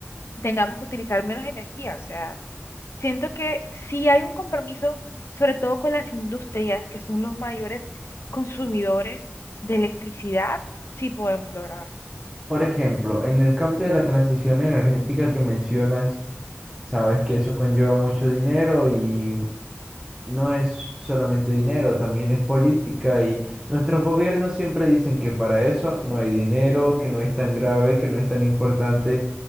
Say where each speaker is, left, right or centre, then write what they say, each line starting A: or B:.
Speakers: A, on the left; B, on the right.
A: tengamos que utilizar menos energía. O sea, siento que sí hay un compromiso, sobre todo con las industrias, que son los mayores consumidores de electricidad, sí podemos lograrlo.
B: Por ejemplo, en el cambio de la transición energética que mencionas, sabes que eso conlleva mucho dinero y no es solamente dinero, también es política y nuestros gobiernos siempre dicen que para eso no hay dinero, que no es tan grave, que no es tan importante.